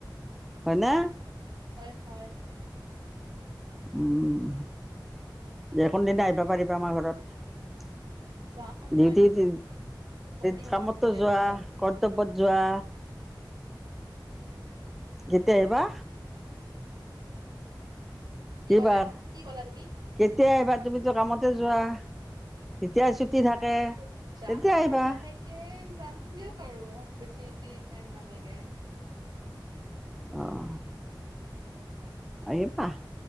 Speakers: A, in the centre; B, on the right.
A: হয় না?
B: হয় হয়
A: উম, দে কোনদিনা আহিবা পাৰিবা আমাৰ ঘৰত?
B: যাম
A: ডিউটি-টি
B: মই অতি সোনকালে
A: <unintelligible> কামতো যোৱা
B: যাম দিয়ক
A: ক ক'ত যোৱা? কেতিয়া আহিবা?
B: কি
A: এইবাৰ
B: ক'লা কি ক'লা তুমি
A: কেতিয়া আ তুমিতো কামতে যোৱা? যেতিয়া ছুটি থাকে
B: মই যাম
A: তেতিয়া আহিবা
B: আৰু লাহেকে যাম দিয়ক আৰু বেছি এ টাইম নালাগে
A: অঁ আহিবাহ